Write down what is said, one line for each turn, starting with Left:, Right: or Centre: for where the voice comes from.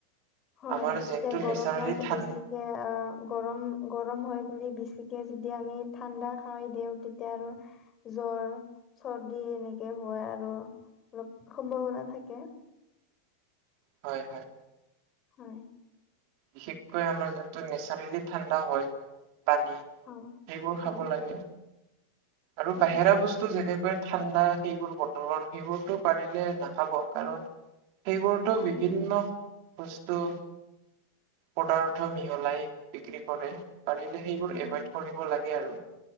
Left: হয়
Right: আমাৰ যোনটো
Left: এতিয়া গৰমত
Right: নেচাৰেলি ঠাণ্ডা
Left: বেছি কে অ গৰম গৰম হয় বুলি বেছিকে যদি আমি ঠাণ্ডা খাই দিওঁ তেতিয়া আৰু জ্বৰ চৰ্দি এনেকৈ হোৱাৰ আৰু অলপ সম্ভাৱনা থাকে।
Right: হয় হয়।
Left: হয়।
Right: বিশেষকৈ আমাৰ যোনটো নেচাৰেলি ঠাণ্ডা হয় পানী।
Left: হয়
Right: সেইবোৰ
Left: হয়
Right: খাব লাগে। আৰু
Left: হয়
Right: বাহিৰা বস্তু- টো যেনেকে ঠাণ্ডা সেইবোৰ বটলৰ সেইবোৰতো পাৰিলে নাখাব কাৰণ, সেইবোৰতো
Left: হয়
Right: বিভিন্ন বস্তু পদাৰ্থ মিহলাই বিক্ৰী কৰে, পাৰিলে সেইবোৰ
Left: হয়
Right: এভাইড কৰিব লাগে আৰু।